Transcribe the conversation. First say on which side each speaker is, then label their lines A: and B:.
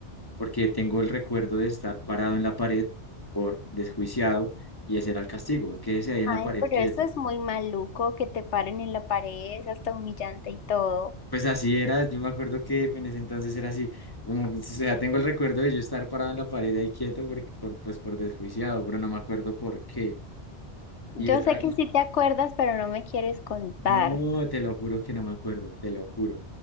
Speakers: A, on the left (about 20°); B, on the left (about 80°).
A: porque tengo el recuerdo de estar parado en la pared por desjuiciado y ese era el castigo, quédese ahí en
B: Ay,
A: la pared
B: pero
A: quieto.
B: eso es muy maluco, que te paren en la pared, es hasta humillante y todo.
A: Pues así era, yo me acuerdo que en ese entonces era así, como, o sea, tengo el recuerdo de yo estar parado en la pared ahí quieto por, por, pues por desjuiciado, pero no me acuerdo por qué.
B: Yo
A: Y es,
B: sé
A: ay,
B: que sí te acuerdas, pero no me quieres contar.
A: no, te lo juro que no me acuerdo, te lo juro.